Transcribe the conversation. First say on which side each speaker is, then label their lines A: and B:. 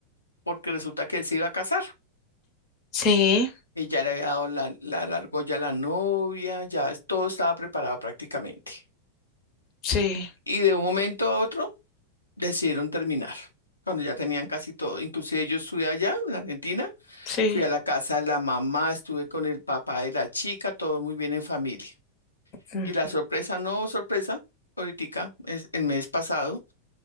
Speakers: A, on the left; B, on the left.
A: porque resulta que él se iba a casar.
B: sí,
A: Y ya le había dado la, la, la argolla a la novia, ya es- todo estaba preparado prácticamente.
B: sí,
A: Y de un momento a otro decidieron terminar, cuando ya tenían casi todo. Inclusive yo estuve allá en Argentina,
B: sí.
A: fui a la casa de la mamá, estuve con el papá de la chica, todo muy bien en familia.
B: Mm.
A: Y la sorpresa, no sorpresa, ahorita, es el mes pasado,